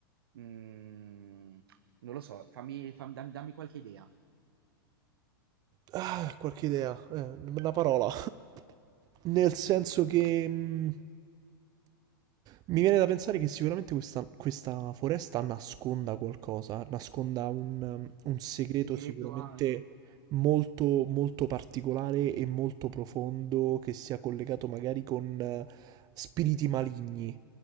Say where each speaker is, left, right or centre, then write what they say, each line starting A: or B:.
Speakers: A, on the right; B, on the right.
A: mm, non lo so, fammi, fam- dam- dammi qualche idea.
B: Ah, qualche idea, eh, una parola. Nel senso che mh, mi viene da pensare che sicuramente questa, questa foresta nasconda qualcosa, nasconda un, um, un segreto
A: Un segreto
B: sicuramente
A: anche.
B: molto, molto particolare e molto profondo che sia collegato magari con eh, spiriti maligni